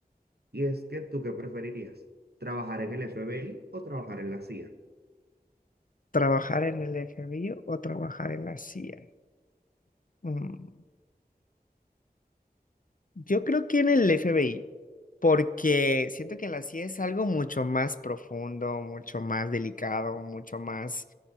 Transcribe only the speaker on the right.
y es que tú qué preferirías, ¿trabajar en el FBI o trabajar en la CIA?